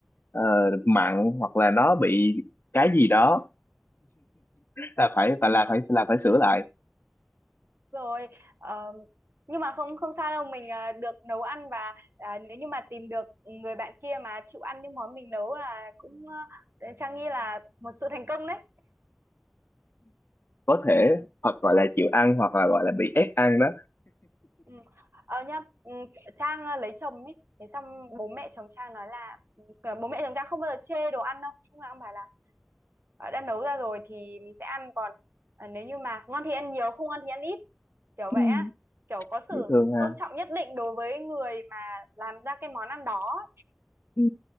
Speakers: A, on the left; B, on the right.
A: ờ, mặn hoặc là nó bị cái gì đó là phải phải là phải là phải sửa lại
B: rồi ờ, nhưng mà không không sao đâu mình à, được nấu ăn và à, nếu như mà tìm được người bạn kia mà chịu ăn những món mình nấu là cũng ờ, ờ, Trang nghĩ là một sự thành công đấy
A: có thể
B: ừ.
A: hoặc gọi là chịu ăn hoặc là gọi là bị ép ăn đó
B: ừ. ờ nhá ừ, Trang ờ, lấy chồng ấy thế xong bố mẹ chồng Trang nói là ừ, bố mẹ chồng Trang không bao giờ chê đồ ăn đâu lúc nào cũng bảo là ờ, đã nấu ra rồi thì mình sẽ ăn còn ờ, nếu như mà ngon thì ăn nhiều không ngon thì ăn ít kiểu vậy
A: ừ
B: á kiểu có sự
A: dễ thương ha
B: tôn trọng nhất định đối với người mà làm ra cái món ăn đó
A: ừ